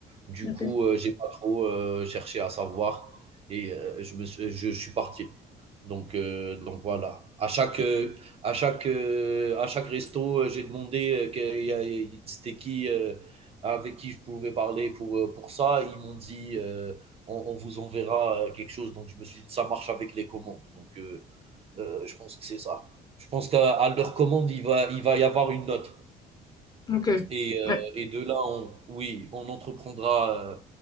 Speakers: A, on the right; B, on the left.
A: Du
B: Ok.
A: coup, euh, j'ai pas trop euh, cherché à savoir et euh, je me suis, je, je suis parti. Donc, euh, donc voilà. À chaque, euh, à chaque, euh, à chaque resto, euh, j'ai demandé euh, qu'il y a- c'était qui euh, avec qui je pouvais parler pour euh, pour ça. Ils m'ont dit, euh, on, on vous enverra euh, quelque chose. Donc, je me suis dit, ça marche avec les commandes. Donc euh, euh, je pense que c'est ça. Je pense qu'à leur commande, il va, il va y avoir une note.
B: Ok. Ouais.
A: Et, euh,
B: De toute
A: et de là, on, oui, on entreprendra, euh,